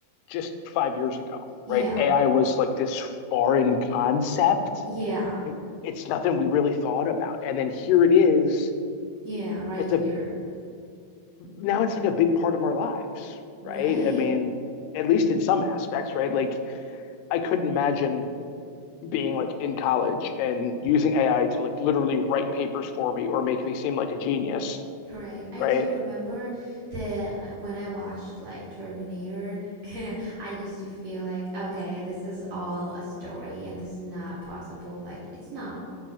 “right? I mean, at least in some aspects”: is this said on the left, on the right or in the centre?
Left